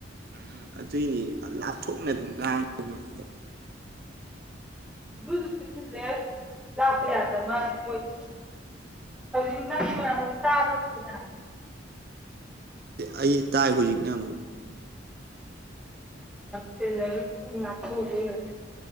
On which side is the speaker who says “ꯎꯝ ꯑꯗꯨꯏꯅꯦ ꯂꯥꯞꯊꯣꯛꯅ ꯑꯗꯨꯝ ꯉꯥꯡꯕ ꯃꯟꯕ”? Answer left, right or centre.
Right